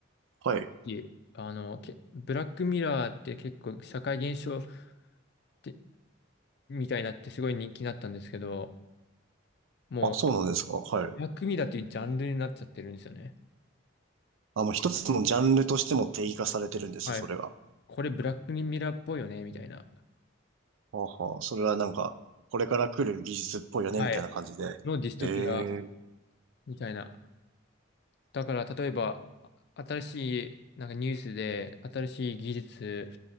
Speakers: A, on the right; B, on the left.
A: はい。
B: えあの、けブラックミラーって結構社会現象て、みたいになってすごい人気になったんですけど、もう、
A: あ、そうなんですかはい。
B: ブラックミラーっていうジャンルになっちゃってるんですよね。
A: あ、もう一つのジャンルとしても定義化されてるんです、
B: はい。
A: それが。
B: これブラックミラーっぽいよね、みたいな。
A: あはあ、それはなんか、これから来る技術っぽいよね、
B: はい。
A: みたいな感じで。
B: のディストピア、
A: ええ、
B: みたいな。だから、例えば、あ新しい、なんかニュースで、新しい技術